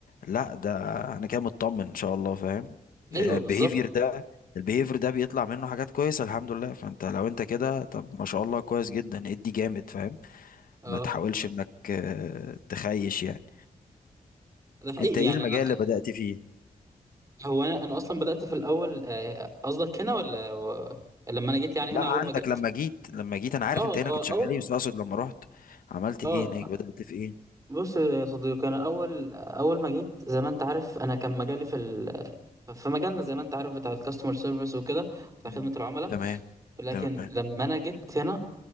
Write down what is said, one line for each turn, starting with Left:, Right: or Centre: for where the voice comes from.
Left: لا ده انا كده مطمن ان شاء الله فاهم البيهيفير
Right: ايوه بالظبط
Left: ده البيهيفير ده بيطلع منه حاجات كويسه الحمد لله فانت لو انت كده طب ما شاء الله كويس جدا ادي جامد فاهم
Right: اه
Left: ما تحاولش انك آه، تخيش يعني
Right: ده حقيقي
Left: انت ايه
Right: يعني
Left: المجال
Right: انا
Left: اللي بدأت فيه
Right: هو انا انا اصلا بدات في الاول آه، قصدك هنا ولا و... لما انا جيت يعني هنا
Left: لا عندك
Right: اول ما جيت
Left: لما جيت لما جيت انا عارف
Right: اه
Left: انت هنا
Right: اه
Left: كنت شغال
Right: اول
Left: ايه
Right: ما
Left: بس اقصد لما رحت عملت
Right: اه
Left: ايه هناك بدأت في ايه
Right: بص يا صديقي انا اول اول ما جيت زي ما انت عارف انا كان مجالي في ال... في مجالنا زي ما انت عارف بتاع الكاستمر سيرفيس وكده بتاع
Left: مم.
Right: خدمه العملاء
Left: تمام
Right: لكن
Left: تمام
Right: لما انا جيت هنا